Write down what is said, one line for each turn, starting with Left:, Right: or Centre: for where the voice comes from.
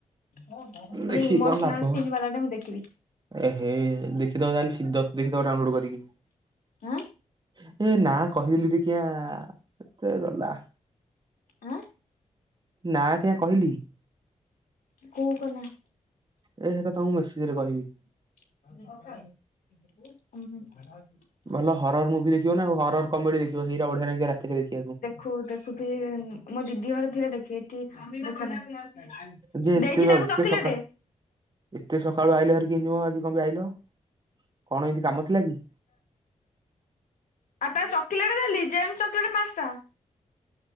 Left: ମାନେ
Right: ଦେଖିକି
Left: ଇମୋସନାଲ
Right: କଣ ଲାଭ
Left: ସିନ୍ ବାଲାଟା ମୁଁ ଦେଖିବି।
Right: ଏହେ ଦେଖ୍ ଦେଖିଦବ କାଲି ସିଧପ ଦେଖି ଦବ ଡାଉଁଲୋଡ୍ କରିକୀ।
Left: ଆଁ
Right: <unintelligible> କେତେ ଗଲା?
Left: ଆଁ।
Right: ନାଁ ଟା କହିଲି।
Left: କୋଉ କନା?
Right: ଏ ସେଇଟା ତମୁକୁ ମେସେଜରେ କହିବି।
Left: ଉଁ ହୁଁ।
Right: ଭଲ ହରର ମୁଭି ଦେଖିବ ନା ଆଉ ହରର କମେଡି ଦେଖିବ ସେଇଟା ବଢିଆ ନାଗିବ ରାତିରେ ଦେଖିବାକୁୁ।
Left: କୋଉ ଦେଖୁ ଥିବେ ମୋ ଦିଦି ଘରେ ଥିଲେ ଦେଖେ ଏଠି ଦେଖେ ନାଁହିଁ।
Right: ଯେ ଏତେ
Left: ଦେଇଛି ତାକୁ
Right: ଏତେ
Left: ଚକିଲେଟେ।
Right: ସକା ଏତେ ସକାଳୁ ଆଇଲ ହାରିକି କେମିତି ମ ଆଜି କପାଇଁ ଆଇଲ କଣ ଏମିତି କାମ ଥିଲା କି?
Left: ଆ ତା ଚକିଲେଟେ ଦେଲି ଜେମ୍ସ ଚକ୍ଲେଟ୍ ପାଞ୍ଚଟା।